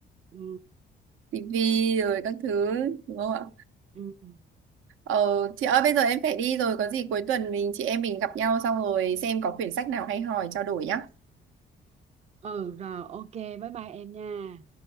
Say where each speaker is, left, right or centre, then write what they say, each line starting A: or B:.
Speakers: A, on the right; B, on the right.
A: ừ,
B: tivi rồi các thứ đúng không ạ?
A: ừ.
B: Ờ, chị ơi bây giờ em phải đi rồi, có gì cuối tuần mình chị em mình gặp nhau xong rồi xem có quyển sách nào hay hỏi trao đổi nhá.
A: ừ rồi ok bye bye em nha